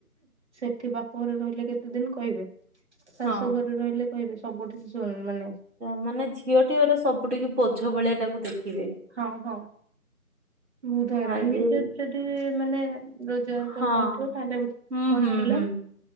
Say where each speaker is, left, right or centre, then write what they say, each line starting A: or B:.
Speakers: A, on the right; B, on the right.
A: ସେଠି ବାପ ଘରେ ରହିଲେ କେତେ ଦିନ କହିବେ ଶାଶୁ
B: ହଁ
A: ଘରେ ରହିଲେ କହିବେ ସବୁଠି ସୁଣି ମାନେ
B: ମାନେ ଝିଅଟିଏ ଗୋଟେ ସବୁ ଠିକି ବୋଝ ଭଳିଆ ତାକୁ ଦେଖିବେ।
A: ହଁ ହଁ ବହୁତ ହଇରାଣ
B: ହଁ ଯେ
A: ନିଜେ ଯଦି ମାନେ ରୋଜଗାର
B: ହଁ
A: କରିପାରୁଥିବ ତାହେଲେ
B: ହୁଁ
A: ବଞ୍ଚିଲା।
B: ହୁଁ ହୁଁ।